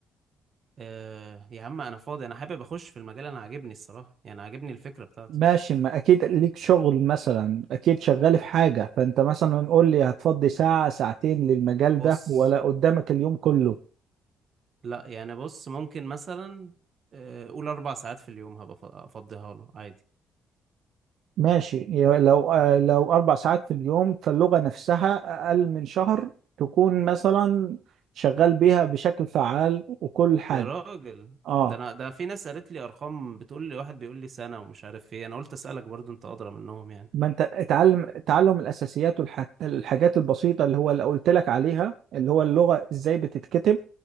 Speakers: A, on the right; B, on the right.
A: أه يا عم انا فاضي انا حابب اخش في المجال انا عاجبني الصراحه يعني عاجبني الفكره بتاعته
B: ماشي ما اكيد ليك شغل مثلا اكيد شغال في حاجة فانت مثلا قول لي هتفضي ساعة ساعتين للمجال
A: بص
B: ده ولا قدامك اليوم كله
A: لا يعني بص ممكن مثلا آه، قول اربع ساعات في اليوم هبقى أف- افضيها له عادي
B: ماشي يا- لو آه، لو اربع ساعات في اليوم فاللغة نفسها اقل من شهر تكون مثلا شغال بيها بشكل فعال وكل حاجة
A: يا راجل
B: اه
A: ده انا ده في ناس قالت لي ارقام بتقول لي واحد بيقول لي سنة ومش عارف ايه انا قلت اسالك برضو انت ادرى منهم يعني
B: ما انت اتعلم تعلم الاساسيات والحاجات البسيطة اللي هو اللي قلت لك عليها اللي هو اللغة ازاي بتتكتب